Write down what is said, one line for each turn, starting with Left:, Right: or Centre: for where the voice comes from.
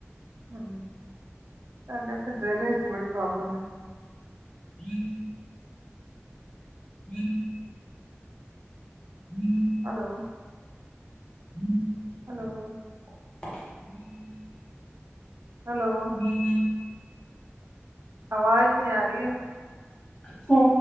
Right: ਹੂ ਸਾਡੇ ਉੱਥੇ ਡਰੇਨੇਜ ਦੀ ਬੜੀ ਪ੍ਰੋਬਲਮ ਹੈ
Left: ਹਮ ਹਮ ਹਮ
Right: ਹੈਲੋ।
Left: ਹਮ
Right: ਹੈਲੋ।
Left: ਹਮ।
Right: ਹੈਲੋ।
Left: ਹਮ
Right: ਆਵਾਜ਼ ਨਹੀਂ ਆ ਰਹੀ ਹੈ।
Left: ਹੂ